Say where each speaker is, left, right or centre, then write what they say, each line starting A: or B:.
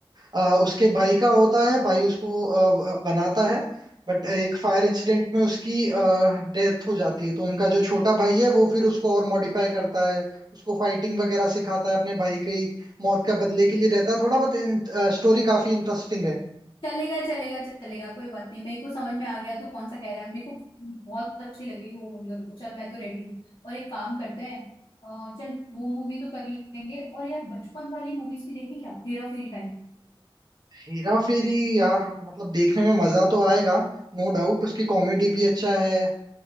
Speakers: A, on the right; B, on the left.
A: आ, उसके भाई का होता है भाई उसको आ, ब- बनाता है बट एक फायर इंसिडेंट में उसकी डेथ
B: है
A: हो जाती है तो उनका जो छोटा भाई है वो फिर उसको और मॉडिफाई करता है उसको फाइटिंग वगैरह सिखाता है अपने भाई की मौत का बदले के लिए रहता है थोड़ा बहुत स्टोरी काफी इंटरेस्टिंग है
B: चलेगा चलेगा चलेगा कोई बात नहीं मेरे को समझ में आ गया तू कौन सा कह रहा है मेरे को बहुत अच्छी लगी वो मूवी मेरे को चल मैं तो रेडी हूँ और एक काम करते हैं अ, चल वो मूवी तो कर लेंगे और यार बचपन वाली मूवीज भी देखें क्या हेरा फेरी
A: हेरा फेरी यार मतलब देखने में मजा तो आएगा नो डाउट उसकी कॉमेडी भी अच्छा है